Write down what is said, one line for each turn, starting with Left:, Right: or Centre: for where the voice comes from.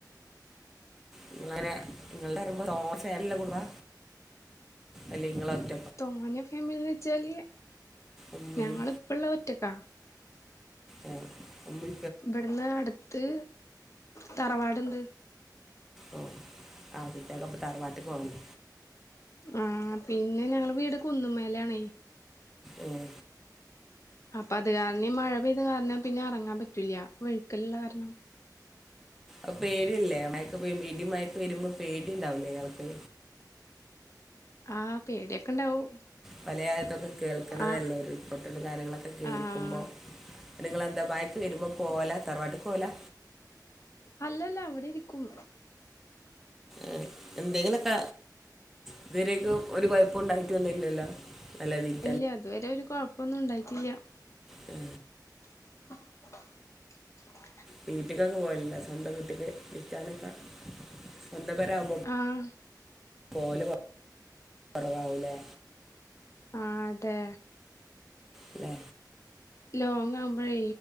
Centre: നിങ്ങളെങ്ങനെ നിങ്ങളുടെ <unintelligible> കുടുംബ അല്ലെ ഇങ്ങള് ഒറ്റ
Left: തോന ഫാമിലിന്ന് വെച്ചാല്
Centre: ഉമ്മയും
Left: ഞങ്ങള് ഇപ്പള്ള ഒറ്റക്കാ
Centre: ആഹ് ഉമ്മി
Left: ഇവിടുന്ന് അടുത്ത് തറവാടുണ്ട്
Centre: ഓ അവിടെന്ന് അപ്പൊ തറവാട്ടക്ക് പോകാലോ
Left: ആഹ് പിന്നെ ഞങ്ങള വീട് കുന്നുമേലെ ആണേ
Centre: ഉം
Left: അപ്പൊ അത് കാരണം മഴ പെയ്ത കാരണം പിന്നെ ഇറങ്ങാൻ പറ്റൂല വെഴുക്കലുള്ള കാരണം
Centre: അപ്പ പേടില്ലേ മയക്ക് ഇടി മയക്ക് വരുമ്പോ പേടിണ്ടാവില്ലേ ഇയാൾക്ക്
Left: ആഹ് പേടിയൊക്കെ ഇണ്ടാവും
Centre: പല ആലത്തൊക്കെ കേൾക്കണതല്ലേ
Left: ആഹ്
Centre: ഉൾപൊട്ടലും കാര്യങ്ങളൊക്കെ കേൾക്കുമ്പോ
Left: ആഹ്
Centre: നിങ്ങളെന്താ ബാക്ക് വരുമ്പോൾ പോകലാ തറവാട്ട്ക്ക് പോകലാ
Left: അല്ലല്ല അവിടെ ഇരിക്കും
Centre: ഏഹ് എന്തെങ്ങനൊക്ക ഇത് വരേക്കും ഒരു കുഴപ്പം ഉണ്ടായിട്ടൊന്നും ഇല്ലല്ലോ നല്ല രീതിയിൽ
Left: ഇല്ല ഇതുവരെ ഒരു കൊഴപ്പൊന്നും ഉണ്ടായിട്ടില്ല
Centre: മ്
Left: <inaudible>
Centre: വീട്ടിക്കൊക്കെ പോയലല്ല സ്വന്തം വീട്ട്ക്ക് നിൽക്കാനൊക്കെ സ്വന്തം പെര ആവുമ്പോ
Left: ആഹ്
Centre: പോവല കൊറവാവൂലേ
Left: ആഹ് അതെ
Centre: ല്ലേ
Left: ലോങ് ആമ്പോഴേ